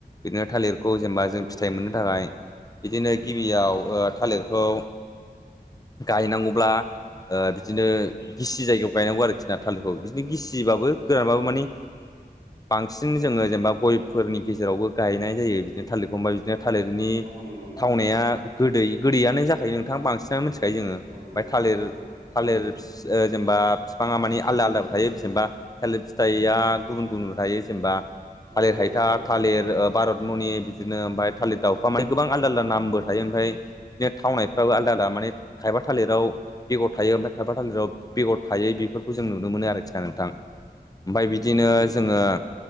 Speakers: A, on the left; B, on the right.
A: बिदिनो थालिरखौ जेनेबा
B: औ
A: जों
B: नंगौ
A: फिथाइ मोननो थाखाय बिदिनो गिबियाव थालिरखौ गायनांगौब्ला बिदिनो गिसि जायगायाव गायनांगौ आरोखि ना थालिरखौ बिदिनो गिसिबाबो गोरानबाबो
B: औ
A: मानि बांसिन जोङो जेनेबा गयफोरनि गेजेरावबो गायनाय जायो बिदिनो थालिरख बिफां बाय बिदिनो थालिरनि
B: औ नंगौ नंगौ
A: थावनाया गोदै गोदैयानो जाखायो नोंथां बांसिनानो मि बेखाय जोङो ओमफ्राय
B: औ नंगौ
A: थालिर
B: औ
A: थालिर ओ जेनेबा बिफाङा माने आलदा आलदााब थायो जेनेबा थिर फिथाइआ गुबुन गुबुनबो थायो जेनेबा। थालिर
B: औ
A: हायथा
B: औ औ
A: थालिर भारत मुनि। बिदिनो ओमफ्राय थालिर दाउफ्रा माने गोबां आलदा आलदा नामबो थायो ओमफ्राय बिदिनो थावनायफ्राबो
B: औ
A: आलदा आद मानानि खायफा थालिराव बेगर थायो ओमफ्राय खायबा थालिराव बेगर थायै बेफोरखौ जों नुनो मोनो आरोखि ना नोंथां। ओमफ्राय
B: उम
A: बिदिनो
B: उम
A: जोङो